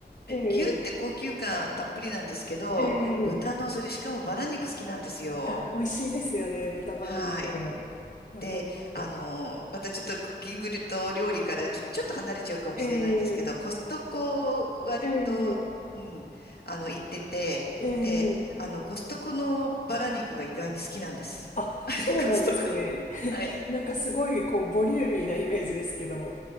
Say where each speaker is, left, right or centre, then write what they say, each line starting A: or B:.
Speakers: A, on the left (about 45°); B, on the left (about 60°).
A: ええ、
B: 牛って高級感たっぷりなんですけど、
A: ええ、
B: 豚のそれしかもバラ肉好きなんですよ。
A: あ、美味しいですよね、豚バラ肉。
B: はい。
A: わかります。
B: で、あの、またちょっとクッキングと料理からちょ、ちょっと離れちゃうかもしれないんですけど、
A: ええ、
B: コストコ割と、
A: ええ、
B: うん、あの、行ってて、
A: ええ。
B: で、あの、コストコのバラ肉が意外に好きなんです。
A: あ、
B: <laughs>
A: そうなんですね。
B: コストコの。
A: <laughs>
B: はい。
A: なんかすごい、こう、ボリューミーなイメージですけども。